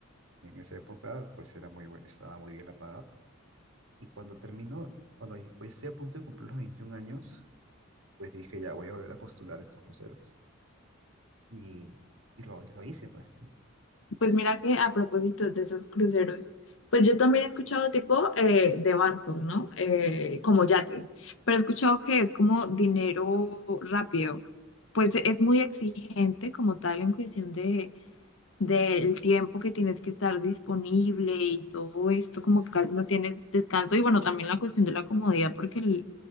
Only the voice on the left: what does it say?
Pues mira que a propósito de esos cruceros, pues yo también he escuchado tipo eh, de barcos, ¿no? Eh, como yates, pero he escuchado que es como dinero rápido. Pues es muy exigente como tal en cuestión de del tiempo que tienes que estar disponible y todo esto, como que casi no tienes descanso. Y bueno, también la cuestión de la comodidad, porque el,